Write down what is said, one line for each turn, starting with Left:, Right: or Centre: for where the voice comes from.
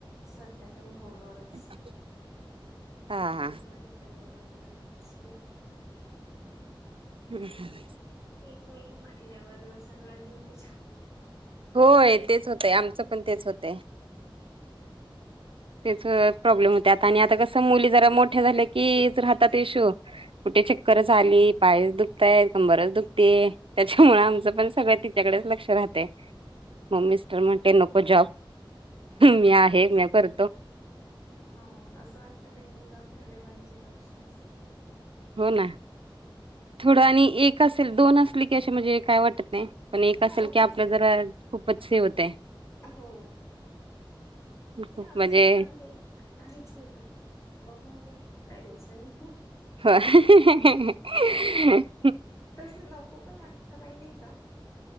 Left: सध्या तरी होल्ड वरच.
Right: <inaudible> हा हा
Left: जेव्हा रिटर्न ही होता तेव्हा स्कूल
Right: हम्म हम्म.
Left: एक मुलगी म्हटल्यावर सगळा जीव तिच्या
Right: होय तेच होतंय आमचं पण तेच होतंय.
Left: <unintelligible>
Right: तेच वेळा प्रॉब्लेम होते आता आणि आता कसं मुली जरा मोठ्या झाल्याच की राहतात इशू कुठे चक्करच
Left: हो.
Right: आली, पायच दुखतायत कंबरच दुख ते त्याच्यामुळे आमचं पण सगळं तिच्याकडेच लक्ष राहतं म मिस्टर म्हणते न को जॉब
Left: हो
Right: मी आहे
Left: तेच
Right: मी कर
Left: हो असं वाटतं नाही मुलांकडे पाहिजे लक्ष असं.
Right: हो ना थोडं आणि एक असेल दोन असले की अशे म्हणजे काय वाटत नाही. पण एक
Left: हो
Right: असेल की
Left: तेच
Right: आपलं
Left: ना
Right: जरा खूपच हे होतय.
Left: हो नाही
Right: खूप
Left: आमचं
Right: म्हणजे
Left: काय अजून एक आहे छोट बघू अजून काय दिवसांनी.
Right: होय.
Left: तसं नको पण वाटतं माहितीय का.